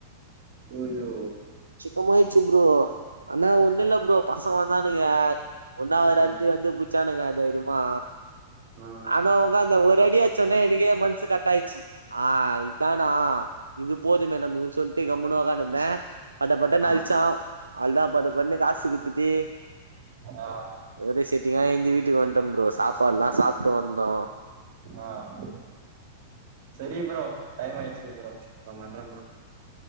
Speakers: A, on the right; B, on the right.
A: யோ யோ
B: சிக்கமாயிச்சி ப்ரோ ஆனா ஒண்ணு இல்ல ப்ரோ பசங்க வந்தானுங்க ஒன்னு ஆவராத்து
A: ம்
B: வந்து புட்ச்சானுங்க தைரியமா
A: ஆ
B: ஆனா ஒக்காந்த ஒரு அடி அட்ச்சோனே எனக்கே மனுசு கட்டாயிச்சு ஆ இதானா இது போதுமே நமக்குனு சொல்ட்டு கம்முனு ஒக்காந்து இருந்த பட பட
A: ஆ
B: அலிச்சா அவுள்தா பட படடுன்னு காசு குடுத்துட்டு
A: ஆ
B: ஒரே செட்டிங்கா ஏந்தி வீட்டுக்கு வந்ட்ட ப்ரோ சாப்பாடு எல்லா சாப்ட்டு வந்தோ
A: ஆ ஆ சரி ப்ரோ டைம் ஆயச்சு ப்ரோ அப்றோ பண்ற ப்ரோ